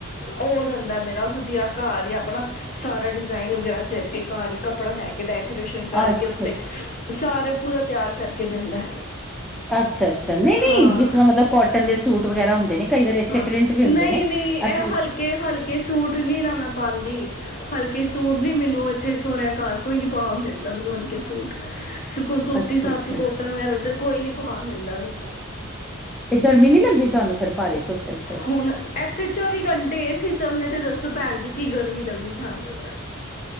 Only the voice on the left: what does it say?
ਹੋ ਜਾਂਦਾ ਮੇਰਾ ਵਧੀਆ ਘਰ ਹੀ ਆਪਣਾ ਸਾਰਾ ਡਿਜ਼ਾਇਨ ਵਗੈਰਾ ਸੇਫਟੀ ਘਰ ਹੀ ਕੱਪੜਾ ਲੈ ਕੇ ਡੈ ਕੇ ਸ਼ਨ ਕਰਕੇ
ਉੱਤੇ ਸਾਰੇ ਪੂਰਾ ਤਿਆਰ ਕਰਕੇ ਦਿੰਦਾ
ਹਾਂ
ਹਾਂ
ਨਹੀਂ
ਨਹੀਂ ਇਹ
ਹਲਕੇ ਹਲਕੇ ਸੂਟ ਨੀ ਨਾ ਮੈਂ ਪਾਉਂਦੀ ਹਲਕੇ ਸੂਟ ਨੀ ਮੈਨੂੰ ਇੱਥੇ ਸੋਣਿਆ ਘਰ ਕੋਈ ਨੀ ਪਾਉਣ ਦਿੰਦਾ ਮੈਨੂੰ ਹਲਕੇ ਸੂਟ ਸੁ ਸੂਤੀ
ਸਾਤੀ
ਕੋਟਨ ਵਗੈਰਾ ਕੋਈ ਨੀ ਬਹਾਉਣ ਦਿੰਦਾ ਵੀ
ਹੁਣ ਇੱਥੇ ਚੌਵੀ ਘੰਟੇ ਇਹ ਸੀ ਚੱਲਣੇ ਤੇ ਦੱਸੋ ਭੈਣ ਜੀ ਕਿ ਗਰਮੀ ਲੱਗਣੀ ਸਾਨੂੰ